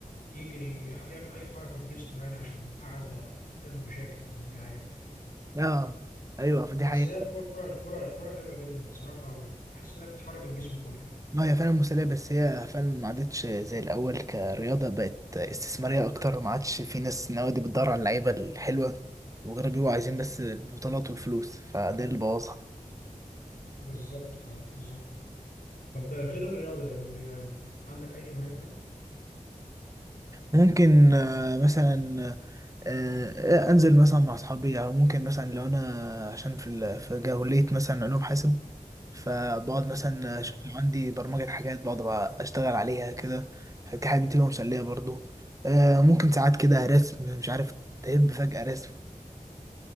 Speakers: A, on the left; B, on the right.
A: يجري يعمل أي حركة في جسمه يعني عشان قاعدة تعمل مشاكل زي ما أنت عارف
B: اه أيوه فدي
A: بس
B: حقيقة
A: هي الكرة الكرة الكرة حلوة جدا بصراحة وبحس إنها بتحرك الجسم كله يعني
B: ما هي فعلا مسلية بس هي فعلا ما عادتش زي الأول كرياضة بقت استثمارية أكتر ما عادش في ناس نوادي بتدور على اللعيبة الحلوة مجرد بيبقوا عايزين بس البطولات والفلوس فده اللي بوظها
A: بالظبط اه بالظبط طب غير الرياضة بي بي عندك أي هوايات تاني؟
B: ممكن آه، مثلا آه، أنزل مثلا مع أصحابي أو ممكن مثلا لو أنا عشان في ال- في جاهلية مثلا علوم حاسب فبقعد مثلا
A: اه
B: أشوف لو عندي برمجة حاجات بقعد بقى أشتغل عليها كده دي حاجة بتبقى مسلية برضو آه، ممكن ساعات كده رسم مش عارف تهب فجأة رسم